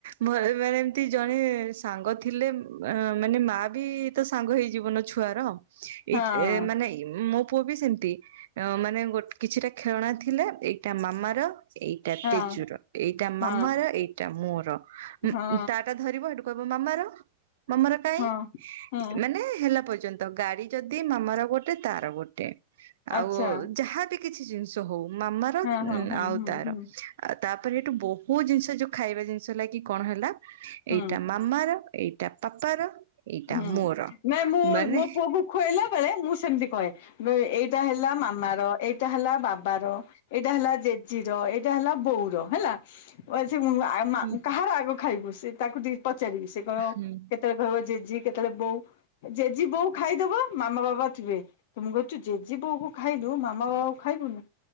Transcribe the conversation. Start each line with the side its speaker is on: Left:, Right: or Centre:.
Right: ମ ମାନେ ଏମତି ଜଣେ ସାଙ୍ଗ ଥିଲେ ଅଁ ମାନେ ମା ବି ତ ସାଙ୍ଗ ହେଇଯିବନା ଛୁଆର।
Left: ହଁ ହଁ
Right: ଏତ ଏ ମାନେ ଇ ମୋ ପୁଅ ବି ସେମତି ଅଁ ମାନେ ଗୋଟ କିଛିଟା ଖେଳଣା ଥିଲେ ଏଇଟା ମାମାର ଏଇଟା
Left: ହଁ
Right: ତେଜୁର ଏଇଟା
Left: ହଁ
Right: ମାମାର ଏଇଟା ମୋର ଉଁ
Left: ହଁ
Right: ଉଁ ତା ଟା ଧରିବ ହେଠୁ କହିବ ମାମାର ମାମାର କାଇଁ
Left: ହଁ। ହଁ
Right: ମାନେ ହେଲା ପର ପର୍ଯ୍ୟନ୍ତ ଗାଡି ଯଦି ମାମ ର ଗୋଟେ ତାର ଗୋଟେ। ଆଉ
Left: ଆଚ୍ଛା
Right: ଯାହାବି କିଛି ଜିନିଷ ହଉ ମାମାର
Left: ହଁ ହଁ
Right: ଉଁ
Left: ହୁଁ
Right: ଆଉ
Left: ହୁଁ
Right: ତାର
Left: ହୁଁ।
Right: ଆ ତାପ- ରେ ଏଠୁ ବହୁତ ଜିନିଷ ଯୋଉ ଖାଇବା ଜିନିଷ ହେଲା କି କଣ ହେଲା
Left: ହୁଁ
Right: ଏଇଟା ମାମାର ଏଇଟା ପାପାର ଏଇଟା
Left: ହୁଁ
Right: ମୋର
Left: ନାଇଁ ମୁଁ
Right: ମାନେ
Left: ମୋ ପୁଅକୁ ଖୁଆଇଲା ବେଳେ ମୁଁ ସେମିତି କହେ ଏଇଟା ହେଲା ମାମାର ଏଇଟା ହେଲା ବାବାର ଏଇଟା ହେଲା ଜେଜେ ଣ୍ଟି ର ଏଇଟା ହେଲା ବୋଉର ହେଲା। ଓଏ ସେ ମ ମ ଆ ମା
Right: ହୁଁ
Left: କାହାର ଆଗ ଖାଇବ ସେ ତାକୁ ଟିକେ ପଚ ପଚାରିବି ସେ କହିବ
Right: ହୁଁ।
Left: କେତେବେଳେ କହିବ ଯେ କେତେବେଳେ ବୋଉ ଜେଜି ବୋଉ ଖାଇଦବ ମାମା ବାବା ଥିବେ ତ ମୁଁ କହୁଛି ଜେଜେ ବୋଉ କୁ ଖାଇଦବୁ ମାମା ବାବା କ ଖାଇବୁନି